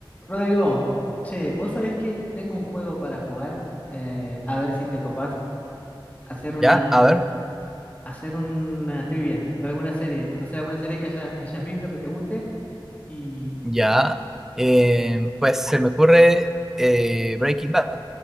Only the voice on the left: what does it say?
Rodrigo, che, vos sabés que tengo un juego para jugar, Eh, a ver si te copás, hacer una,
hacer una trivia de alguna serie, no sé, alguna serie que hayas, que hayas visto que te guste y